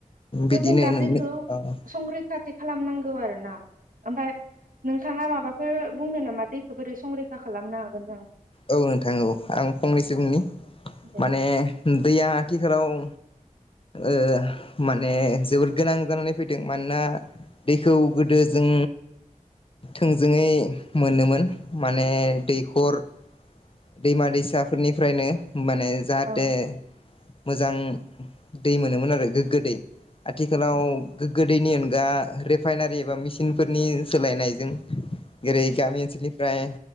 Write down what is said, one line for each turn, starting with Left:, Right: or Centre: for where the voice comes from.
Left: बिदिनो
Right: जों दा
Left: नोंनो
Right: दैखौ
Left: अ
Right: संरैखा बिदि खालामनांगौ आरो ना ओमफाय नोंथाङा माबा माबाफोर बुंनो नामा दैखौ बोरै संरैखा खालामनो हागोन नामा
Left: औ नोंथां औ आं फंनैसो बुंनि
Right: दे
Left: माने दैया <unintelligible> ओ माने जोबोर गोनां जानानै फैदों मानोना दैखौ गोदो जों थोंजोङै मोनोमोन माने दैखर दैमा दैसाफोरनि फ्रायनो माने जाहाथे
Right: औ
Left: मोजां दै मोनोमोन आरो गोग्गो दै आथिखालाव गोग्गो दैनि अनगा रिफाइनारि एबा मिेसििनफोरनि सोलायनायजों गेरै गामि ओनसोलनिफ्राय